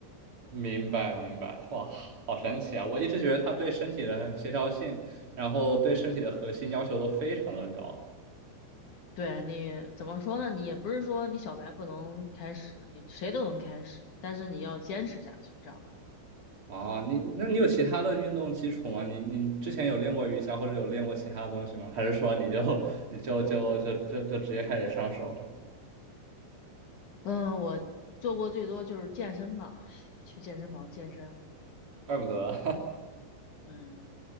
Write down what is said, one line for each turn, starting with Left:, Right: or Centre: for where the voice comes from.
Right: 明白明白，哇，好神奇啊！我一直觉得它对身体的协调性，然后对身体的核心要求都非常的高。
Left: 对你怎么说呢？你也不是说你小白不能开始，你谁都能开始，但是你要坚持下去，知道吧？
Right: 啊，你那你有其他的运动基础吗？你你之前有练过瑜伽或者有练过其他东西吗？还是说你就 <laughs> 你就就就就就直接开始上手了？
Left: 嗯，我做过最多就是健身吧，去健身房健身。
Right: 怪不得，
Left: 嗯，